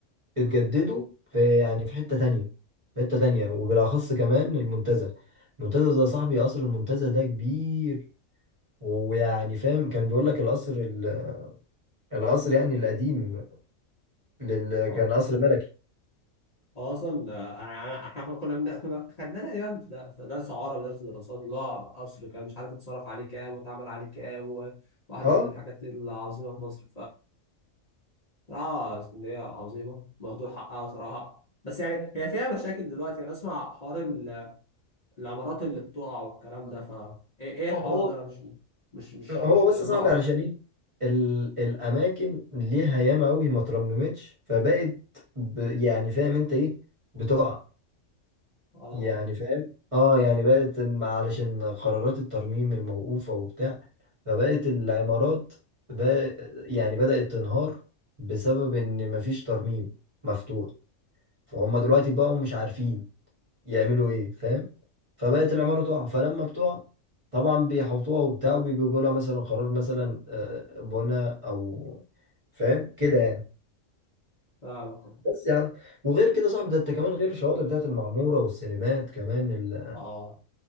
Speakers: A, on the right; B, on the left.
A: اتجددوا في يعني في حته تانية في حته تانية وبالاخص كمان المنتزه المنتزه ده يا صاحبي قصر المنتزه ده كبير ويعني فاهم كان بيقول لك القصر ال- القصر يعني القديم لل... كان
B: آه،
A: قصر ملكي
B: آه، أصلا آه، إحنا كنا كنا بن- كنا خدناه تقريبا في ده- في درس عربي ودرس دراسات اللي هو قصر كان مش عارف اتصرف عليه كام واتعمل عليه كام وواحدة
A: اه
B: من الحاجات العظيمة في مصر فبصراحة اسكندرية عظيمة مهدور حقها صراحة بس يعني هي فيها مشاكل دلوقتي أنا أسمع حوار ال- العمارات اللي بتقع والكلام ده فا إيه إيه الحوار
A: هو
B: ده أنا مش مش مش
A: هو
B: مش
A: بس
B: مجمعه
A: صعب علشان ايه ال... الاماكن ليها ياما قوي ما ترممتش فبقت ب... يعني فاهم انت ايه بتقع
B: آه
A: يعني فاهم اه يعني بقت إن- علشان قرارات الترميم الموقوفة وبتاع فبقت العمارات بقى يعني بدأت تنهار بسبب ان مفيش ترميم مفتوح فهم دلوقتي بقوا مش عارفين يعملوا ايه فاهم فبقت العمارة تقع فلما بتقع طبعا بيحوطوها وبتاع وبيجيبوا لها مثلا قرار مثلا آه، بنى او فاهم كده يعني
B: فاهم
A: بس يعني وغير كده صاحبي ده انت كمان غير الشواطئ بتاعت المعمورة والسينمات كمان ال...
B: اه